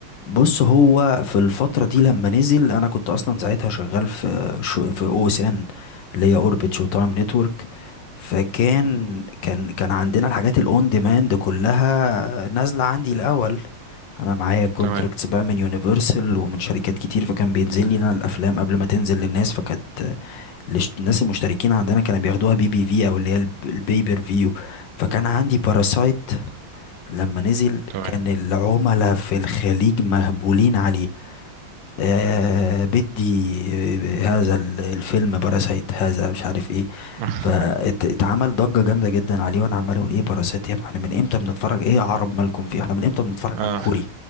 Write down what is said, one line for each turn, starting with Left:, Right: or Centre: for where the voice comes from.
Left: بص هو في الفترة دي لما نزل أنا كنت أصلا ساعتها شغال في شو في أو إس إن اللي هي أوربت شو تايم نتورك فكان
Right: مم.
Left: كان كان عندنا الحاجات الأون ديماند كلها نازلة عندي الأول أنا معايا كونتراكتس
Right: تمام
Left: بقى من يونيفرسال ومن شركات كتير فكان بينزل لي أنا الأفلام قبل ما تنزل للناس فكانت الش- الناس المشتركين عندنا كانوا بياخدوها بي بي في أو اللي هي البيبر فيو فكان عندي باراسايت لما نزل
Right: تمام
Left: كان العملاء في الخليج مهبولين عليه آه بدي آه، هذا ال- الفيلم باراسايت هذا مش عارف ايه
Right: <laughs>
Left: فاتعمل ضجة جامدة جدا عليه وانا عمال اقول ايه باراسايت يا ابني؟ احنا من امتى بنتفرج ايه يا عرب مالكم فيه احنا من امتى بنتفرج
Right: اه
Left: على الكوري